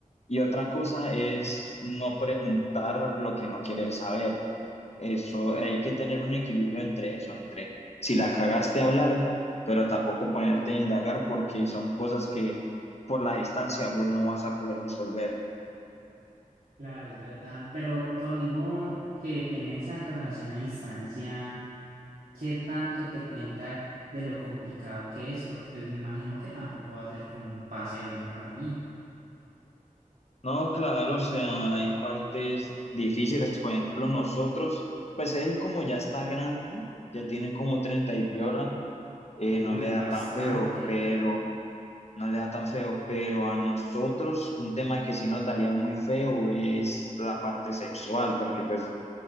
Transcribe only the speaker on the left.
Y otra cosa es no preguntar lo que no quieres saber. Eso, hay que tener un equilibrio entre eso, entre si la cagaste hablar, pero tampoco ponerte a indagar porque son cosas que por la distancia vos no vas a poder resolver.
No, claro, o sea, hay partes difíciles, por ejemplo, nosotros, pues él como ya está grande, ya tiene como 30 y piola, eh,
no le da
tan feo, pero no le da tan feo, pero a nosotros un tema que sí nos daría muy feo es la parte sexual, porque pues